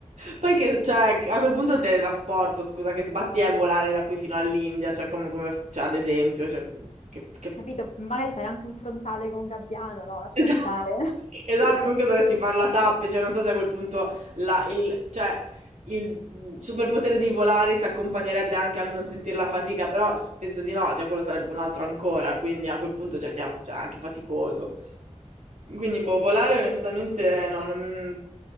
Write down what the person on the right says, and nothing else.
Poi che, cioè, a quel punto il teletrasporto, scusa, che sbatti è volare da qui fino all'India, cioè, come, come- cioè, ad esempio, cioè, che, che...
<laughs>
Esatto,
non che dovresti farla tappe, cioè non so se a quel punto la- il, cioè, il mm, superpotere di volare si accompagnerebbe anche al non sentire la fatica, però penso di no, cioè quello sarebbe un altro ancora, quindi a quel punto cioè, ti ha- cioè, è anche faticoso. Quindi boh, volare onestamente no, non-